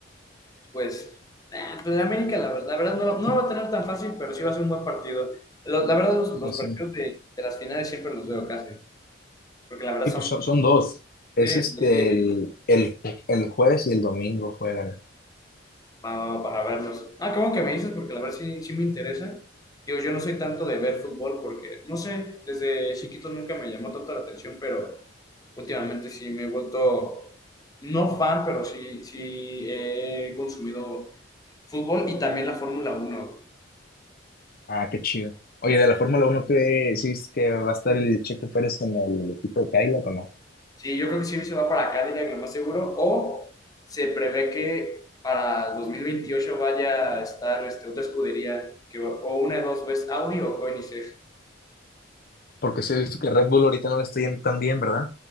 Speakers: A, on the left; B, on the left.
A: pues, nah, pues la América, la, ver- la verdad, no, la- no la va a tener tan fácil, pero sí va a ser un buen partido. Lo- la verdad, los, los
B: Pues
A: partidos
B: sí.
A: de, de las finales siempre los veo casi, porque la verdad
B: Sí,
A: son
B: pues son, son dos. Es
A: de,
B: este
A: de-
B: el,
A: de-
B: el, el jueves y el domingo juegan.
A: para, para verlos. Ah, qué bueno que me dices, porque la verdad sí, sí me interesa. Digo, yo no soy tanto de ver fútbol porque, no sé, desde chiquito nunca me llamó tanto la atención, pero. Últimamente sí me he vuelto, no fan, pero sí, sí he consumido fútbol y también la Fórmula uno
B: Ah, qué chido. Oye, de la Fórmula Uno ¿qué sí es que va a estar el Checo Pérez en el equipo de Cadillac o no?
A: Sí, yo creo que sí se va para Cadillac, lo más seguro, o se prevé que para 2028 vaya a estar este, otra escudería, que, va- o una de dos, o es Audi o Koenigsegg.
B: Porque sí he visto que Red Bull ahorita no le está yendo tan bien, ¿verdad?